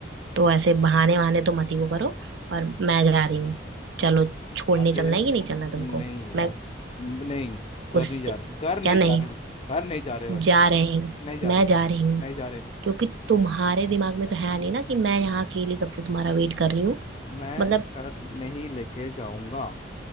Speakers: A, on the right; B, on the left.
A: तो ऐसे बहाने वहाने तो मत ही वो करो और मैं जा रही हूँ चलो छोड़ने
B: अरे
A: चलना है
B: वो-
A: कि नहीं चलना तुमको
B: नहीं यार
A: मैं
B: नहीं घर
A: उससे
B: नहीं जा रहे घर नहीं
A: क्या नहीं
B: जा रहे घर नहीं जा रहे बस
A: जा रहे हैं
B: नहीं जा
A: मैं
B: रहे
A: जा रही हूँ
B: नहीं जा रहे
A: क्योंकि तुम्हारे दिमाग में तो है नहीं ना कि मैं यहाँ अकेली कब से तुम्हारा वेट कर रही हूँ
B: मैं
A: मतलब
B: घर नहीं लेके जाऊंगा